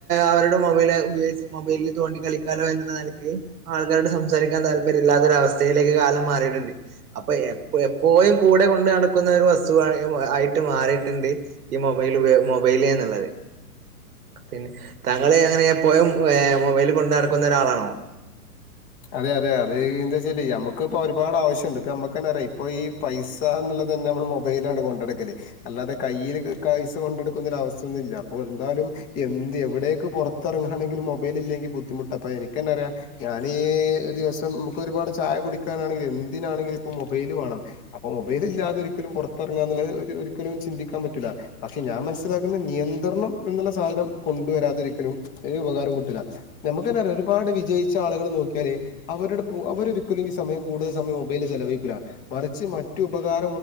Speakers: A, on the right; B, on the left.
A: അവരുടെ മൊബൈൽ ഉപയോഗിച്ച് മൊബൈലില് തോണ്ടി കളിക്കാലോ എന്നുള്ള നിലക്ക് ആൾക്കാരോട് സംസാരിക്കാൻ താല്പര്യം ഇല്ലാത്തൊരവസ്ഥയിലേക്ക് കാലം മാറിയിട്ടുണ്ട് അപ്പൊ എപ്പ എപ്പോയും കൂടെ കൊണ്ട് നടക്കുന്ന ഒരു വസ്തുവാണ് ആയിട്ട് മാറിട്ടിണ്ട് ഈ മൊബൈൽ മൊബൈൽ എന്നുള്ളത് <inaudible> പിന്നെ താങ്കൾ എങ്ങനെ എപ്പോയും ഏ മൊബൈൽ കൊണ്ടു നടക്കുന്ന ഒരാളാണോ
B: അതെ അതെ എന്താ വെച്ചാലെ ഞമ്മക്ക് ഇപ്പൊ ഒരുപാട് ആവശ്യണ്ട് ഇപ്പ നമ്മുക്ക് തന്നെ അറിയ ഇപ്പൊ ഈ പൈസുള്ളത് തന്നെ നമ്മള് മൊബൈലാണ് കൊണ്ടടക്കല് അല്ലാതെ കയ്യിൽ പൈസ കൊണ്ടെടുക്കുന്നൊര് അവസ്ഥ ഒന്നുല്ല അപ്പോ എന്താലും എന്ത് എവിടെയൊക്കെ പുറത്തിറങ്ങാണെങ്കിലും മൊബൈൽ ഇല്ലെങ്കിൽ ബുദ്ധിമുട്ട അപ്പൊ എനിക്കെന്നെ അറിയ ഞാൻ ഒരു ദിവസം നമുക്ക് ഒരുപാട് ചായ കുടിക്കാനാണെങ്കിൽ എന്തിനാണെങ്കിലും ഇപ്പൊ മൊബൈല് വേണം അപ്പൊ മൊബൈൽ ഇല്ലാതെ ഒരിക്കലും പുറത്തിറങ്ങാന്നുള്ളത് ഒരിക്കലും ചിന്തിക്കാൻ പറ്റുല്ല പക്ഷെ ഞാൻ മനസ്സിലാക്കുന്നത് നിയന്ത്രണം എന്നുള്ള സാധനം കൊണ്ടുവരാതിരിക്കലും ഒരു ഉപകാരം കൂട്ടില്ല നമുക്ക് ഒരുപാട് വിജയിച്ച ആളുകൾ നോക്കിയാൽ അവരുടെ അവര് ഒരിക്കലും ഈ സമയം കൂടുതൽ സമയം മൊബൈലിൽ ചെലവഴിക്കില്ല മറിച്ച് മറ്റ് ഉപകാര